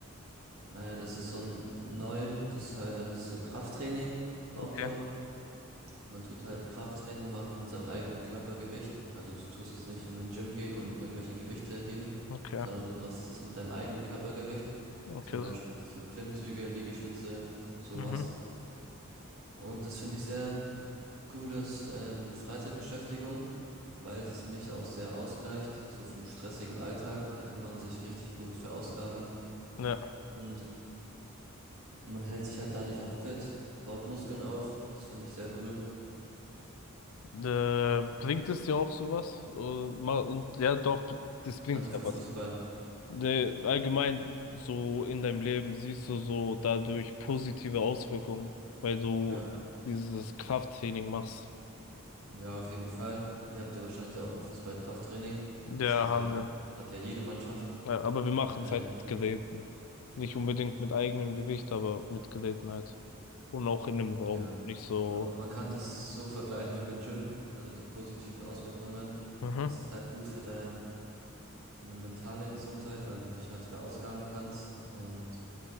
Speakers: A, on the right; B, on the left.
A: Äh, das ist so n- neu, das heißt so Krafttraining, Outdoor.
B: Okay,
A: Man tut halt Krafttraining machen mit seinem eigenen Körpergewicht. Also du tust jetzt nicht in den Gym gehen und irgendwelche Gewichte heben,
B: okay,
A: sondern du machst das mit deinem eigenen Körpergewicht.
B: okay.
A: Zum Beispiel
B: So,
A: machst du Klimmzüge, Liegestütze, sowas.
B: mhm.
A: Und das finde ich sehr cooles ähm, Freizeitbeschäftigung, weil es mich auch sehr ausgleicht, so vom stressigen Alltag. Da kann man sich richtig gut verausgaben
B: Ja,
A: und man hält sich halt dadurch auch fit, baut Muskeln auf. Das finde ich sehr cool.
B: äh, bringt es dir auch sowas? Äh, mal, und, ja, doch, das bringt
A: Also
B: ja
A: für
B: was.
A: Fußball.
B: De, allgemein so in deinem Leben siehst du so dadurch positive Auswirkungen, weil du
A: Ja,
B: dieses Krafttraining machst.
A: ja, auf jeden Fall. Ihr habt ja wahrscheinlich auch ein Fußballkrafttraining.
B: Ja,
A: Das hat
B: haben
A: ja,
B: wir.
A: das hat ja jede Mannschaft.
B: Ja, aber wir machen
A: Ähm,
B: es halt mit Geräten. Nicht unbedingt mit eigenem Gewicht, aber mit Geräten halt. Und auch in einem
A: ja,
B: Raum. Nicht so.
A: aber man kann das so vergleichen wie mit Gym, also die positiven Auswirkungen.
B: Mhm.
A: Es ist halt gut für dein eine mentale Gesundheit, weil du dich halt verausgaben kannst und